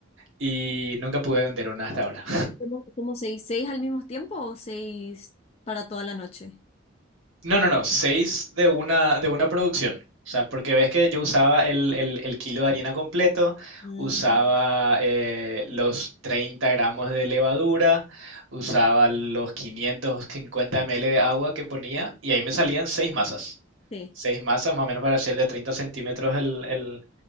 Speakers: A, on the right (about 80°); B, on the left (about 30°).
A: Y nunca pude vender una hasta ahora.
B: ¿Cómo, cómo seis? ¿Seis al mismo tiempo o seis para toda la noche?
A: No, no, no, seis de una, de una producción. O sea, porque ves que yo usaba el, el- el kilo de harina completo,
B: Ah,
A: usaba eh, los 30 gramos de levadura, usaba los 550 ml de agua que ponía y ahí me salían seis masas.
B: sí.
A: Seis masas más o menos para hacer de 30 centímetros el, el-